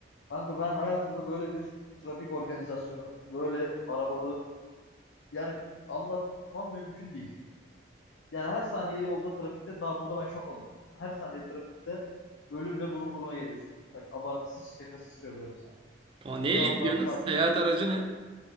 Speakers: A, on the left; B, on the right.
A: Kanka ben hayatımda böyle bir trafik organizasyonu böyle arabaların yani anlatmam mümkün değil. Yani her saniye yolda trafikte daha burada ben şok oldum. Her saniye trafikte ölümle burun buruna geliyorsun. Bak abartısız şakasız söylüyorum sana.
B: Ama neyle
A: Bir yandan
B: gidiyorsunuz?
A: ta-
B: Seyahat aracı ne?